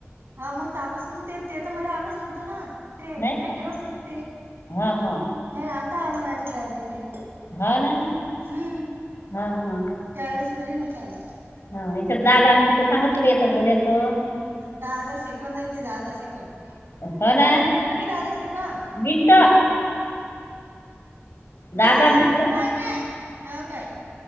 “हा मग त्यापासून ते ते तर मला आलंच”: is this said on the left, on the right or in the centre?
Right